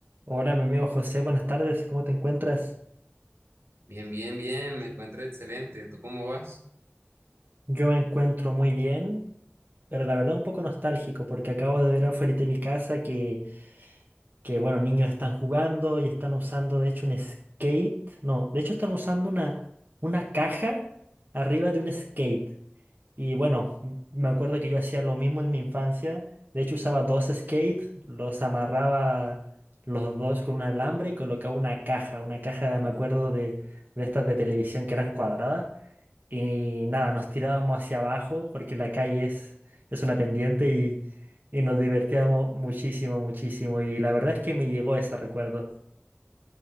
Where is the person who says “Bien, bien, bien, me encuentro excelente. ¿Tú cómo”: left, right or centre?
Right